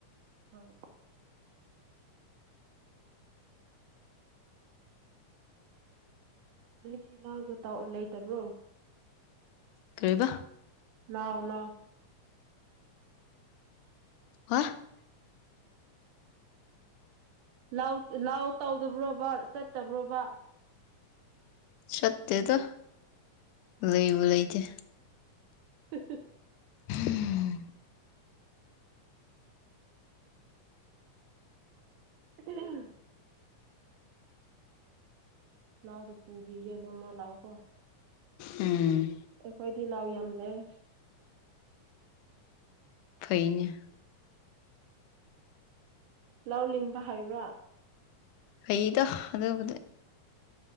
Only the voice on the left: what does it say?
ꯀꯔꯤꯕ
<unintelligible>
ꯆꯠꯇꯦꯗ ꯂꯩꯕꯨ ꯂꯩꯇꯦ
<inaudible>
ꯎꯝ
ꯐꯩꯅꯦ
ꯍꯩꯗ ꯑꯗꯨꯕꯨꯗꯤ